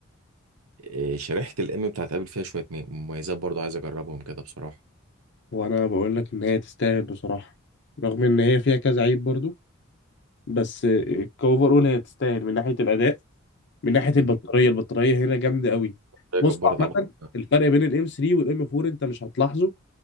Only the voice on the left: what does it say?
وانا بقول لك ان هي تستاهل بصراحه رغم ان هي فيها كذا عيب برضو بس كوفر اول هي تستاهل من ناحيه الاداء من ناحيه
البطاريه البطاريه هنا جامده قوي
بص
عامه
الفرق بين الام 3 والام 4 انت مش هتلاحظه